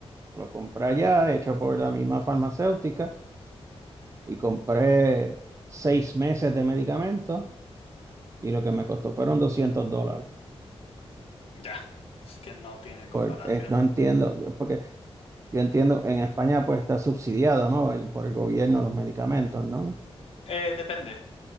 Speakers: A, on the right; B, on the left.
A: lo compré allá, hecho por la misma farmacéutica y compré seis meses de medicamentos y lo que me costó fueron 200 dólares.
B: Ya, es que no tiene comparación.
A: Por- eh, no entiendo, yo- porque yo entiendo, en España pues está subsidiado, ¿no? El- por el gobierno los medicamentos, ¿no?
B: Eh, depende.